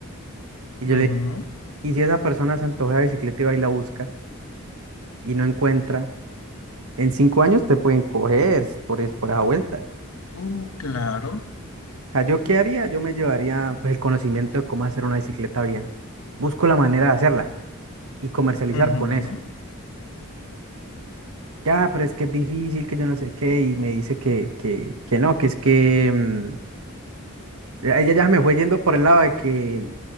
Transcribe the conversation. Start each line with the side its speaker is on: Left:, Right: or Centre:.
Right: Y yo
Left: Ujú,
Right: le Y si esa persona se antoja de bicicleta y va y la busca y no encuentra, en cinco años te pueden coger por, es- por esa vuelta.
Left: Uh, claro.
Right: O sea, ¿yo qué haría? Yo me llevaría pues, el conocimiento de cómo hacer una bicicleta bien. Busco la manera de hacerla y comercializar
Left: ujú.
Right: con eso. Ya, pero es que es difícil, que yo no sé qué, y me dice que, que, que no, que es que mm, ya- ella ya me fue yendo por el lado de que,